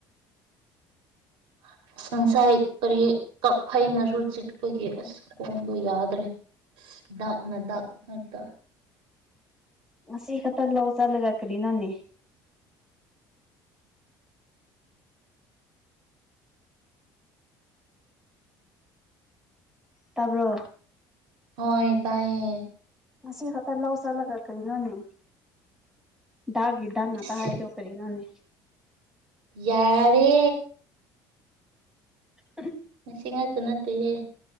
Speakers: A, on the right; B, in the centre.
A: <unintelligible> ꯁꯪꯁꯥꯏ ꯀꯔꯤ ꯀꯛ ꯐꯩꯅꯁꯨꯨ ꯆꯤꯛꯄꯒꯤ ꯑꯁ ꯈꯣꯡꯗꯣ ꯌꯥꯗ꯭ꯔꯦ ꯗꯥꯛꯅ ꯗꯥꯛ ꯍꯛꯇ
B: ꯁꯤ ꯈꯇꯂ ꯆꯂꯒ ꯀꯔꯤ ꯅꯅꯦ ꯇꯕꯣ
A: ꯍꯣꯏ ꯇꯥꯏꯌꯦꯦ
B: ꯉꯁꯤ ꯈꯛꯇ ꯂꯧ ꯆꯠꯂꯒ ꯀꯔꯤꯅꯣꯅꯦ ꯗꯥꯒ ꯗꯥꯒꯥ
A: ꯏꯁ
B: ꯇꯥ ꯍꯥꯏꯗꯣ ꯀꯔꯤꯅꯦ
A: ꯌꯥꯔꯦ
B: ꯎ
A: ꯉ ꯁꯤ ꯉꯥꯛꯇ ꯅꯠꯇꯦꯍꯦ